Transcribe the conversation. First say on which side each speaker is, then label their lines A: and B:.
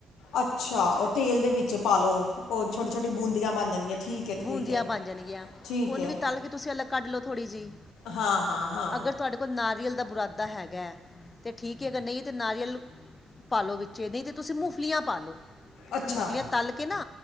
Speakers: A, on the left; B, on the left.
A: ਅੱਛਾ ਉਹ ਤੇਲ ਦੇ ਵਿੱਚ ਪਾ ਲੋ ਉਹ ਛੋਟੀ ਛੋਟੀ ਬੂੰਦੀਆਂ ਬਣ ਜਾਣਗੀਆਂ ਠੀਕ ਹੈ
B: ਬੂੰਦੀਆਂ
A: ਠੀਕ ਹੈ
B: ਬਣ ਜਾਣਗੀਆਂ
A: ਠੀਕ
B: ਉਹਨੂੰ
A: ਹੈ
B: ਵੀ ਤਲ ਕੇ ਤੁਸੀਂ ਅਲੱਗ ਕੱਢ ਲਓ ਥੋੜ੍ਹੀ ਜਿਹੀ
A: ਹਾਂ ਹਾਂ ਹਾਂ
B: ਅਗਰ ਤੁਆਡੇ ਕੋਲ ਨਾਰੀਅਲ ਦਾ ਬੁਰਾਦਾ ਹੈਗਾ, ਐ ਤੇ ਠੀਕ ਏ ਅਗਰ ਨਈਤੇ ਨਾਰੀਅਲ ਪਾਾਲੋ ਵਿੱਚ ਨਹੀਂ ਤੇ ਤੁਸੀਂ ਮੂੰਗਫਲੀਆਂ ਪਾਲੋ
A: ਅੱਛਾ
B: ਮੁਗਫਲੀਆਂ ਤਲ ਕੇ ਨਾ